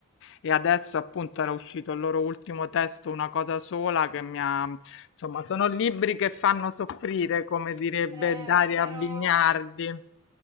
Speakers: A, on the left; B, on the right.
A: E adesso appunto
B: Mh.
A: era uscito il loro ultimo testo, Una cosa sola, che mi ha... insomma, sono libri che fanno soffrire, come direbbe
B: Eh,
A: Daria
B: però
A: Bignardi.